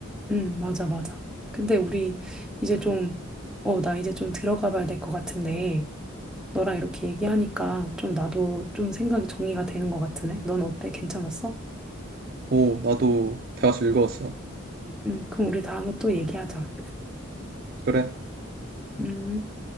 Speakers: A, in the centre; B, on the right.
A: 응, 맞아, 맞아. 근데 우리 이제 좀, 어, 나 이제 좀 들어가 봐야 될 것 같은데, 너랑 이렇게 얘기하니까 좀 나도 좀 생각이 정리가 되는 것 같으네. 넌 어때? 괜찮았어?
B: 오, 나도 대화서 읽어왔어.
A: 응, 그럼 우리 다음에 또 얘기하자.
B: 그래.
A: 음.